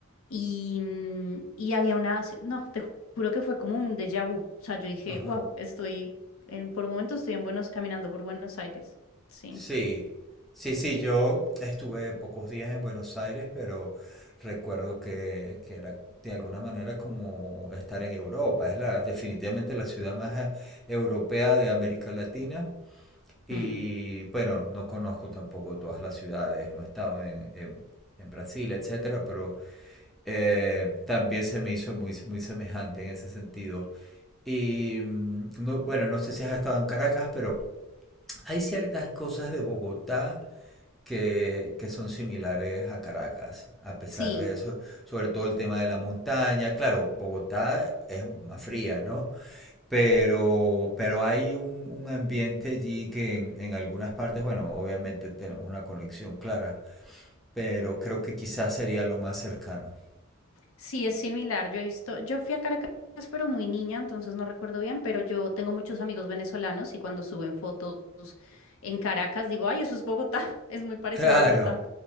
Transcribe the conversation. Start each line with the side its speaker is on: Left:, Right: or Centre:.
Left: y, mm, y había una, ci- no, te juro que fue como un déjà vu. O sea, yo dije,
Centre: Ajá.
Left: wow, estoy, en, por un momento estoy en Buenos, caminando por Buenos Aires. Sí.
Centre: Sí. Sí, sí, yo estuve pocos días en Buenos Aires, pero recuerdo que, que era de alguna manera como estar en Europa. Es la, definitivamente la ciudad más eh, europea de América Latina. Y
Left: Mm.
Centre: bueno, no conozco tampoco todas las ciudades, no he estado en, en- en Brasil, etcétera, pero eh, también se me hizo muy, muy semejante en ese sentido. Y mm, no, bueno, no sé si has estado en Caracas, pero hay ciertas cosas de Bogotá que, que son similares a Caracas, a pesar
Left: Sí.
Centre: de eso, sobre todo el tema de la montaña. Claro, Bogotá es más fría, ¿no? Pero, pero hay un, un ambiente allí que en, en algunas partes, bueno, obviamente tenemos una conexión clara, pero creo que quizás sería lo más cercano.
Left: Sí, es similar. Yo he visto, yo fui a Caracas, pero muy niña, entonces no recuerdo bien, pero yo tengo muchos amigos venezolanos y cuando suben fotos en Caracas digo, ay, eso es Bogotá, <laughs> es
Centre: <laughs>
Left: muy parecido
Centre: Claro.
Left: a Bogotá.